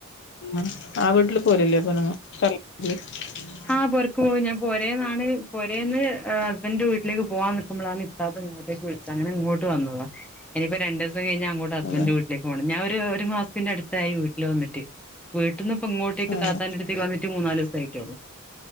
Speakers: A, on the left (about 55°); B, in the centre.
A: ഉം ആ വീട്ടില് പോരല്ലേ അപ്പൊങ്ങ <unintelligible>
B: ആഹ് പൊരക്ക് പോവും ഞാൻ പോരേന്നാണ് പൊരേന്ന് ഏഹ് ഹസ്ബൻഡന്റെ വീട്ടിലേക്ക് പോവാൻ നിക്കുമ്പളാണ് ഇത്താത്ത ങ്ങട്ടേയ്ക്ക് വിളി ച്ചേ. അങ്ങനെ ഇങ്ങോട്ട് വന്നതാ ഇനിപ്പോ രണ്ട് ദിവസം കഴിഞ്ഞാ അങ്ങോട്ട് ഹസ്ബൻഡ്
A: അതെ
B: വീട്ടിലേക്ക് പോണം ഞാൻ ഒരു ഒരു മാസത്തിന്റെ അടുത്ത് ത്തായി വീട്ടില് വന്നിട്ട് വീട്ടീന്ന് പ്പൊ ഇങ്ങോട്ടേക്ക്
A: അതെ
B: താത്താന്റെ അടുത്തേക്ക് വന്നിട്ട് മൂന്നാല് ദിവസായിട്ടുള്ളു